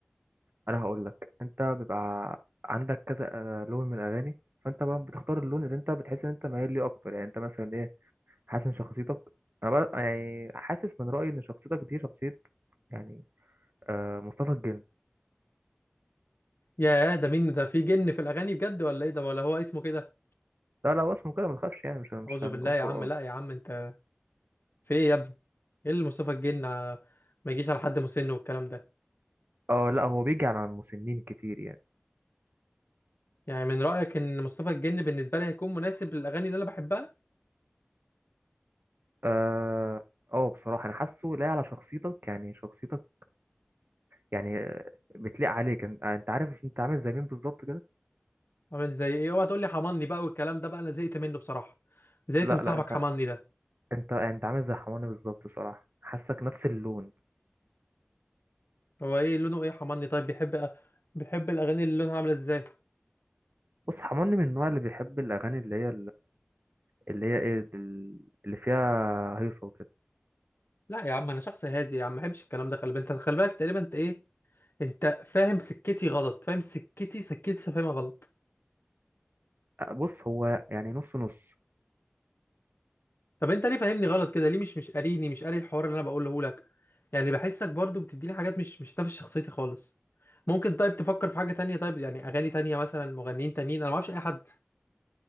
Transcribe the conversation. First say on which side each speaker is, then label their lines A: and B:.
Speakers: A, on the right; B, on the left.
A: انا هقول لك انت بيبقى عندك كذا آه، لون من الاغاني فانت بقى بتختار اللون اللي انت بتحس ان انت مايل ليه اكتر يعني انت مثلا ايه حاسس ان شخصيتك انا بقى يعني حاسس من رايي ان شخصيتك دي شخصيه يعني آه مصطفى الجن
B: يا ده مين ده في جن في الاغاني بجد ولا ايه ده ولا هو اسمه كده
A: لا لا هو اسمه كده ما تخافش يعني مش مش
B: اعوذ
A: هنقول
B: بالله يا
A: قران
B: عم لا يا عم انت في ايه يا ابني ايه اللي مصطفى الجن آه، ما يجيش على حد مسن والكلام ده
A: اه لا هو بيجي على المسنين كتير يعني
B: يعني من رأيك ان مصطفى الجن بالنسبة لي هيكون مناسب للاغاني اللي انا بحبها
A: اه اه بصراحه انا حاسه لاقي على شخصيتك يعني شخصيتك يعني بتليق عليك انت انت عارف انت عامل زي مين بالظبط كده
B: عامل زي ايه اوعى تقول لي حماني بقى والكلام ده بقى انا زهقت منه بصراحة زهقت
A: لا
B: من صاحبك
A: لا انت
B: حماني ده
A: انت انت عامل زي حماني بالظبط بصراحه حاسك نفس اللون
B: هو ايه لونه ايه حماني طيب بيحب بيحب الاغاني اللي لونها عاملة ازاي
A: بص حماني من النوع اللي بيحب الاغاني اللي هي اللي هي ايه دل- اللي فيها هيصه وكده
B: لا يا عم انا شخص هادي يا عم ما بحبش الكلام ده خلي بالك انت خلي بالك تقريبا انت ايه انت فاهم سكتي غلط فاهم سكتي سكتي لسه فاهمها غلط
A: بص هو يعني نص نص
B: طب انت ليه فاهمني غلط كده ليه مش مش قاريني مش قاري الحوار اللي انا بقوله لك يعني بحسك برضو بتديني حاجات مش مش نافس شخصيتي خالص ممكن طيب تفكر في حاجة تانية طيب يعني اغاني تانية مثلا مغنيين تانيين انا ما اعرفش اي حد